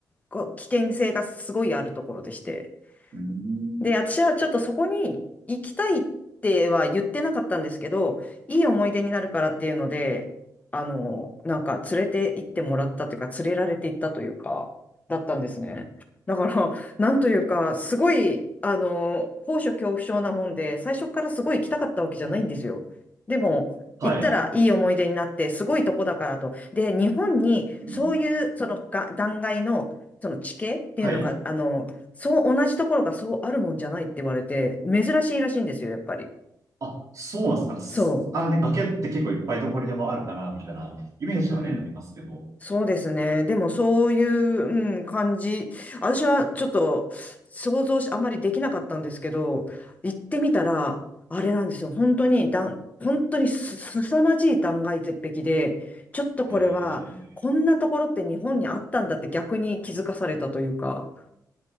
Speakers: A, on the left; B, on the right.
A: こう危険性がすごいあるところでして。
B: うーん。
A: で、私はちょっとそこに行きたいっては言ってなかったんですけど、いい思い出になるからっていうので、あの、なんか連れて行ってもらったというか、連れられて行ったというか、だったんですね。だから、なんというか、すごい、あの、高所恐怖症なもんで、最初からすごい行きたかったわけじゃないんですよ。でも、
B: はい。
A: 行ったらいい思い出になって、すごいとこだからと。で、日本にそういう、
B: うん。
A: そのが、断崖の、その地形っていうのが、
B: はい。
A: あの、そう、同じところがそうあるもんじゃないって言われて、珍しいらしいんですよ、やっぱり。
B: あ、そうなんですか。すあ、
A: そ
B: ね、崖って結構いっぱいどこにでもあるかな、みたいなイメージはね、
A: う。うん。
B: ありますけど。
A: そうですね。でも、そういう、うん、感じ。私はちょっと想像し、あまりできなかったんですけど、行ってみたら、あれなんですよ。本当に断、本当にす、すさまじい断崖絶壁で、ちょっとこれは、
B: ええ
A: こんなところって日本にあったんだって逆に気づかされたというか、